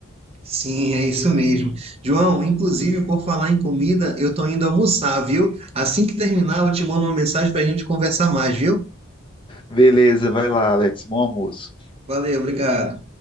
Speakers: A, on the right (about 30°); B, on the left (about 25°).
A: Sim, é isso mesmo. João, inclusive, por falar em comida, eu tô indo almoçar, viu? Assim que terminar, eu te mando uma mensagem pra gente conversar mais, viu?
B: Beleza, vai lá, Alex. Bom almoço.
A: Valeu, obrigado.